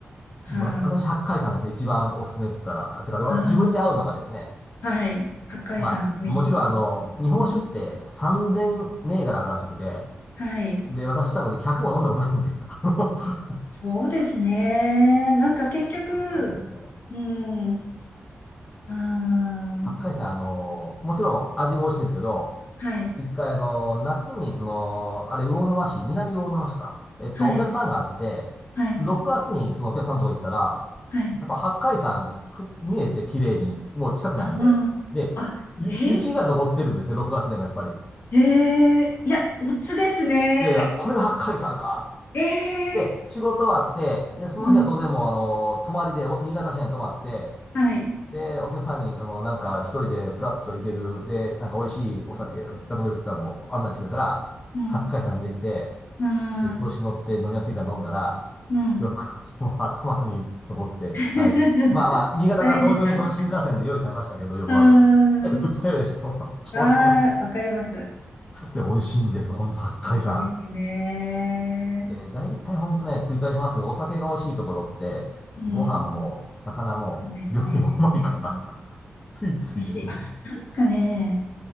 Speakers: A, on the left (about 60°); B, on the left (about 20°).
A: はい、
B: ま、私、八海山ですね、一番おすすめって言ったら。あてか、わ自分に合うのがですね。
A: あーはい。八海山、
B: まあ、
A: 美味しい。
B: もちろんあの、日本酒って3000銘柄あるらしくて、
A: うん、はい。
B: で、私多分ね、100も飲んだことないんで、<laughs> あの、<laughs>
A: そうですね。なんか結局、
B: 八海山ですね。
A: うん、はー
B: 八海山、あの、もちろん味も美味しいんですけど、
A: はい、
B: 一回あの、夏にその、あれ、魚沼市、南魚沼市か。えっと、
A: はい、
B: お客さんがあって、
A: はい、
B: 6月にそのお客さんのとこ行ったら、
A: はい。
B: やっぱ八海山ふ見えて綺麗に、もう近くなんで、
A: あー、
B: で、
A: あ、
B: ゆ雪が残ってるんですね、
A: え
B: 6月でもやっぱり。
A: ー、えー、いや、おつですね。
B: いやいや、これが八海山か。
A: えー、
B: で、仕事終わって、で、その日は当然もうあの、
A: うん、
B: 泊まりで、お新潟市内に泊まって、
A: はい。
B: で、お客さんに、あの、なんか一人でプラッと行ける、で、なんか美味しいお酒が飲めるって言ったらもう案内してくれたら、
A: うん、
B: 八海山にできて、
A: うん
B: で、調子に乗って飲みやすいから飲んだら、
A: うん。
B: よく <laughs> その頭に残って、
A: <laughs>
B: はい。まあまあ、新潟から東京にこの新幹線で用意されましたけど、
A: 大変でした。
B: 翌朝。
A: うー
B: <laughs> いや二日酔いでした。
A: ん。
B: <laughs> 調子に乗って。
A: ああ、わかります。
B: で、美味しいんです。ほんと、八海山。
A: 美味しいですよね。
B: で、大体ほんとね、繰り返しますけど、お酒が美味しいところって、
A: うん。
B: ご飯も、魚も、
A: そうですね。
B: 料理もうまいから、
A: 美
B: <laughs> ついついですね。
A: 味しい。あ、なんかね、